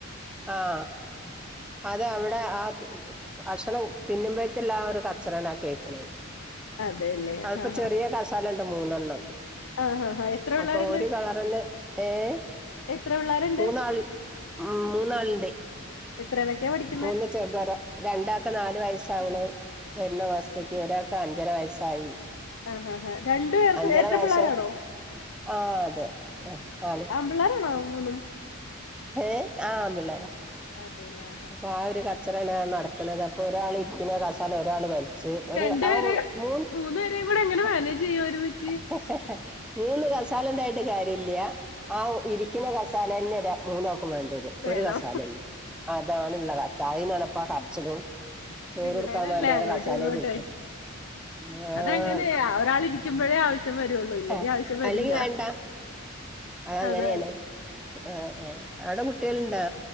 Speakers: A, in the centre; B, on the left.
A: ആഹ്‌ അത് അവ്ടേ ആ അക്ഷണം തിന്ന്മ്പഴത്തള്ളാ ആ ഒരു കച്ചറേണാ കേക്ക്ണത്
B: അതെല്ലേ
A: അത്പ്പോ
B: ആഹ്
A: ചെറ്യേ
B: ആഹ്
A: കസാലണ്ട് മൂന്നെണ്ണം
B: ആഹ് ആഹ് എത്ര പിള്ളേരുണ്ട്
A: അപ്പൊ ഒരു കളറന്നെ ഏഹ്
B: എത്ര പിള്ളേരുണ്ട്
A: മൂന്നാള് മൂന്നാള്ണ്ടയ്
B: എത്രേലെക്കെ പഠിക്ക്
A: ഒന്ന് ചെർതാ ര രണ്ടാക്ക് നാല് വയസ്സാവ്ണ് വരുന്ന മാസത്തേയ്ക്ക്
B: അതെ
A: ഒരാൾക്ക് അഞ്ചര വയസ്സായി
B: ആഹ് ആഹ് ആഹ് രണ്ടു പേർക്കും
A: അഞ്ചര
B: ഇരട്ട
A: വയസ്സാ
B: പിള്ളേരാണോ
A: ആഹ് അതെ ആണ്
B: പിള്ളേരാണോ മൂന്നും
A: ഏ ആഹ് ആൺ പിള്ളേരാ
B: അതെലേ
A: അപ്പൊ ആ ഒരു കച്ചറേണാ നടക്കണത് അപ്പൊ ഒരാൾ ഇരിക്ക്ന്ന കസാല ഒരാള് വലി ച്ച് ഒര്
B: രണ്ടുപേരെ
A: ആഹ് മൂന്ന്
B: മൂന്നു പേരെയും കൂടെ എങ്ങനെ
A: മൂന്ന്
B: മാനേജ് ചെയ്യും ഒരുമിച്ച്
A: ഹ് ഹ് ഹ് മൂന്ന് കസാലണ്ടായിട്ട് കാര്യല്ല ആ ഒ ഇരിക്ക്ന്ന കസാലന്നെ ബേ മൂന്നാക്കും വേണ്ടേരും ഒ
B: വേണം
A: ഒരു കസാലന്നെ അതാണ്ള്ള കച്ച അയിനാണ്പ്പ ആ കരച്ചിലും ചോറൊട്ക്കാ
B: പിള്ളേരല്ലേ
A: വേണ്ടിയാണ്
B: അങ്ങോട്ടും
A: കാസലേലിര്ത്തി
B: ഇങ്ങോട്ടേ
A: ആഹ്
B: അതങ്ങനെ ഒരാൾ ഇരിക്കുമ്പോഴേ ആവശ്യം വരുള്ളൂ ഇല്ലെങ്കി
A: ഏ
B: ആവശ്യം വരൂല
A: അല്ലെങ്കി വേണ്ടാ അത് അങ്ങനേണ്
B: അതാണ്
A: ആഹ് ആഹ് അവ്ടെ കുട്ട്യേൾണ്ടാ